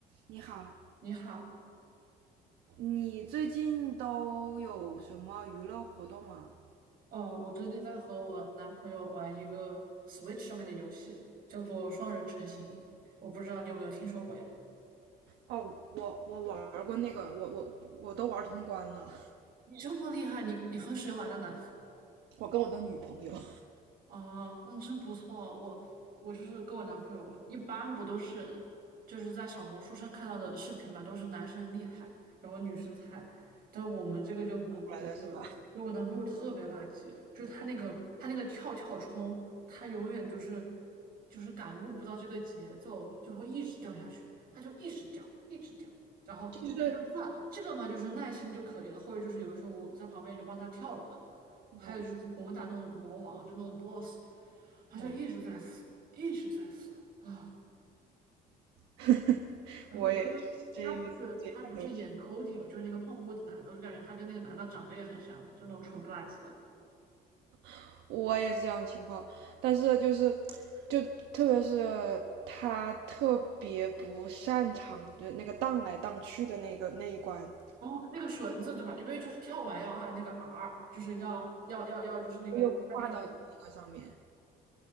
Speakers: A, on the right; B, on the right.
A: 你好，
B: 你好，
A: 你最近都有什么娱乐活动啊？
B: 呃，我最近在和我男朋友玩一个 Switch 上面的游戏，叫做双人成行。我不知道你有没有听说过呀？
A: 哦，我我玩过那个，我我我都玩通关了，
B: 你这么厉害，你你和谁玩的呢？
A: 我跟我的女朋友 <laughs> 后
B: 啊，那真不错。我我就是跟我男朋友玩，一般不都是就是在小红书上看到的视频嘛，都是男生厉害，然后女生菜。但我们这个就不不是了，
A: 来的是吧？
B: 因为我男朋友特别垃圾，就是他那个他那个跳跳冲，他永远就是就是感悟不到这个节奏，就会一直掉下去，他就一直掉，一直掉。然后这这就算了，
A: 就是
B: 这个嘛就是耐心就可以了，或者就是有的时候我在旁边就帮他跳了嘛。
A: 嗯
B: 还有就是我们打那种魔王，就那种 BOSS，他就一直在死，
A: 嗯，
B: 一直在死啊！
A: <laughs>
B: 而且因为他不是他不是演
A: 我也是这遇这样的情
B: Cody 嘛，就是那个胖乎乎的男的，我就感觉他跟那个男的长得也很像，就那种蠢不拉几的。
A: 况我也是这样的情况，但是就是就特别是他特别不擅长，就那个荡来荡去的那个那一关，
B: 哦，那个绳子对吧？因为就是跳完要按那个 R，就是要要要要，就是那个他那个绳。
A: 又挂到那个上面，
B: 子。